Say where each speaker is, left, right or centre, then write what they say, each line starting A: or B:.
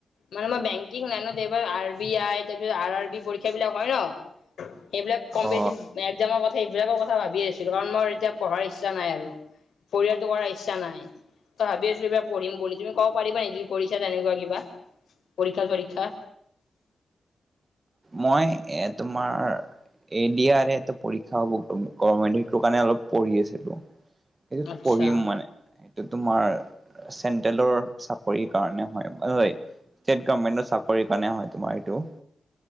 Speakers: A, on the left; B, on the right.
A: মানে মই বেংকিং লাইনত যে এইবাৰ আৰ বি আই, তাৰপিছত আৰ আৰ বি, পৰীক্ষা বিলাক হয় ন? এইবিলাক কম-বেছি।
B: অ
A: একজামৰ কথা, সেইবিলাকৰ কথা ভাবি আছিলোঁ, কাৰণ মোৰ এতিয়া পঢ়াৰ ইচ্ছা নাই আৰু। পৰিয়ালটো কৰাৰ ইচ্ছা নাই। ত' ভাবি আছোঁ কিবা পঢ়িম বুলি, তুমি ক'ব পাৰিবা নে, যদি কৰিছা তেনেকুৱা কিবা, পৰীক্ষা-চৰীক্ষা।
B: মই এ' তোমাৰ। এ' ডি আৰু এ, এটা পৰীক্ষা হ'ব, গভ-গভমেণ্টৰ, সেইটো কাৰণে অলপ পঢ়ি আছিলোঁ। এইটোত
A: আচ্ছা
B: পঢ়িম মানে, এইটো তোমাৰ। চেন্ট্ৰেলৰ চাকৰি কাৰণে হয়-হয়। ষ্টেট গভমেণ্টৰ চাকৰিৰ কাৰণে হয়, তোমাৰ এইটো।